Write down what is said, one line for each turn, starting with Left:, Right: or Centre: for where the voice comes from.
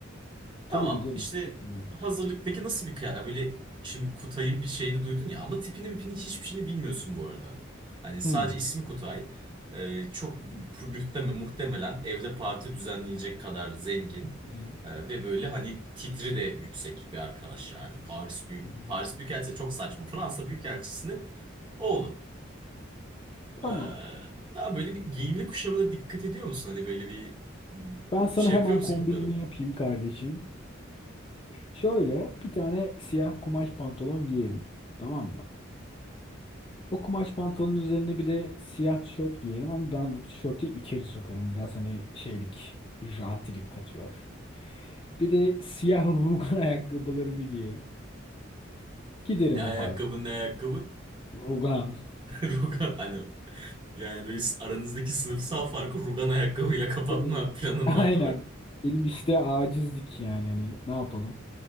Right: Tamam
Left: Tabii giderim.
Right: işte
Left: Hmm.
Right: hazırlık peki nasıl bir kıyafet böyle şimdi Kutay'ın bir şeyini duydun ya ama tipini mipini hiçbir şeyini bilmiyorsun bu arada. Hani sadece
Left: Hmm.
Right: ismi Kutay Ee, çok muhtemelen, muhtemelen evde parti düzenleyecek kadar zengin
Left: Hmm.
Right: Ee, ve böyle hani titri de yüksek bir arkadaş yani Paris büyük
Left: Hmm.
Right: Paris Büyükelçisi de çok saçma Fransa Büyükelçisi'nin oğlu. Ee,
Left: Tamam.
Right: daha böyle bir giyimli kuşamına dikkat ediyor musun? Hani böyle bir
Left: Ben sana
Right: şey
Left: hemen
Right: yapıyor musun
Left: kombinimi
Right: gitmeden?
Left: yapayım kardeşim. Şöyle bir tane siyah kumaş pantolon giyerim. Tamam mı? O kumaş pantolonun üzerine bir de siyah tişört giyerim ama ben bu tişörtü içeri sokarım. Biraz hani şeylik, jantilik katıyor. Bir de siyah rugan <laughs> ayakkabılarımı giyerim. Giderim
Right: Ne ayakkabın
Left: o parti.
Right: ne ayakkabın?
Left: Rugan.
Right: <laughs> Rugan hani yani böyle aranızdaki sınıfsal farkı rugan ayakkabıyla kapatma
Left: Tabii.
Right: planın
Left: <laughs>
Right: var
Left: Aynen.
Right: değil mi?
Left: Benim işte acizlik yani hani ne yapalım?